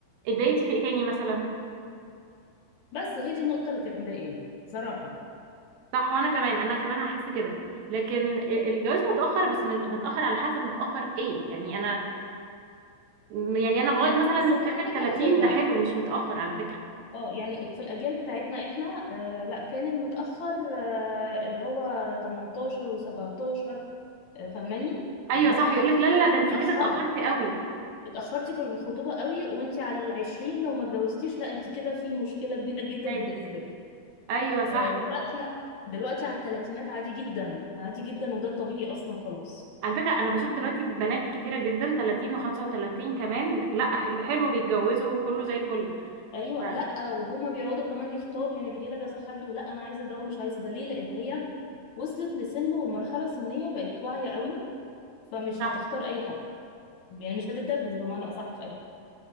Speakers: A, on the right; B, on the left.
A: اتضايقتي في ايه تاني مثلا
B: بس هي دي النقطه اللي كانت مضايقاني صراحه
A: صح وانا كمان انا كمان هحس كده لكن الجواز متاخر بس من- متاخر على حسب متاخر ايه يعني انا يعني انا لغايه مثلا
B: بس انا
A: سن
B: هقول
A: ال
B: لك
A: 30
B: على حاجه
A: ده حلو مش متاخر على فكره
B: اه يعني في الاجيال بتاعتنا احنا آه لا كان المتاخر آه اللي هو 18 و17 آه فاهماني
A: ايوه
B: ما
A: صح
B: اتخطبتيش
A: يقول لك لا لا لا
B: كنت
A: ده
B: متاخره
A: انت كده اتاخرتي قوي
B: اتاخرتي في الخطوبه قوي وانت على العشرين لو ما اتجوزتيش لا انت كده في مشكله كبيره <laughs> جدا
A: فاتك
B: بالنسبه لك
A: ايوه صح
B: آه دلوقتي لا دلوقتي على الثلاثينات عادي جدا عادي جدا وده الطبيعي اصلا خلاص
A: على فكره انا بشوف دلوقتي بنات كتيره جدا 30 و35 كمان لا حلو حلو بيتجوزوا وكله زي الفل
B: ايوه
A: ف-
B: لا وهما بيقعدوا كمان يختاروا يعني بيجي لها كذا حد ولا انا عايزه ده ومش عايزه ده ليه لان هي وصلت لسن والمرحله السنيه بقت واعيه قوي فمش
A: صح
B: هتختار اي حد يعني مش هتتدبس بمعنى اصح في اي حد